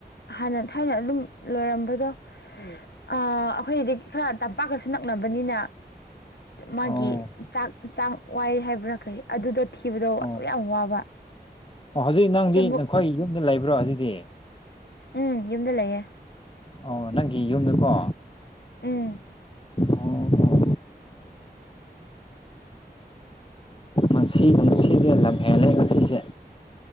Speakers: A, on the left; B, on the left.
A: ꯍꯥꯟꯅ ꯊꯥꯏꯅ ꯑꯗꯨꯝ ꯂꯣꯏꯔꯝꯕꯗꯣ ꯑꯥ ꯑꯩꯈꯣꯏꯒꯤꯗꯤ ꯈꯔ ꯇꯝꯄꯥꯛꯀꯁꯨ ꯅꯛꯅꯕꯅꯤꯅ ꯃꯥꯒꯤ
B: ꯑꯣ
A: ꯆꯥꯛ ꯆꯥꯡ ꯋꯥꯏ ꯍꯥꯏꯕ꯭ꯔꯥ ꯀꯩ ꯑꯗꯨꯗꯣ ꯊꯤꯕꯗꯣ
B: ꯑꯣ
A: ꯌꯥꯝ ꯋꯥꯕ
B: ꯑꯣ ꯍꯧꯖꯤꯛ ꯅꯪꯗꯤ
A: ꯆꯦꯡꯒꯨꯝ
B: ꯅꯈꯣꯏ ꯌꯨꯝꯗ ꯂꯩꯕ꯭ꯔꯣ ꯍꯧꯖꯤꯛꯗꯤ
A: ꯎꯝ ꯌꯨꯝꯗ ꯂꯩꯌꯦ
B: ꯑꯣ ꯅꯪꯒꯤ ꯌꯨꯝꯗꯀꯣ
A: ꯎꯝ
B: ꯑꯣ ꯉꯁꯤ ꯅꯨꯡꯁꯤꯁꯦ ꯂꯝꯍꯦꯜꯂꯦ ꯉꯁꯤꯁꯦ